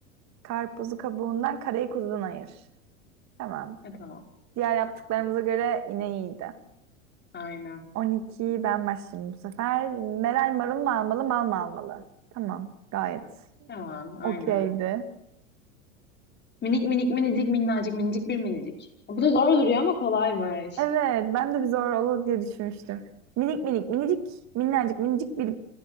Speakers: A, on the right; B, on the left.
A: Karpuzu kabuğundan karayı kuzudan ayır. Tamam.
B: E tamam.
A: Diğer yaptıklarımıza göre yine iyiydi.
B: Aynen.
A: 12 ben başlayayım bu sefer. Meral marul mu almalı mal mı almalı? Tamam gayet
B: Tamam, aynen.
A: okeydi.
B: Minik minik minicik minnacık minicik bir minicik. Bu da zor duruyor ama kolaymış.
A: Evet ben de bir zor olur diye düşünmüştüm. Minik minik minicik minnacık minicik bir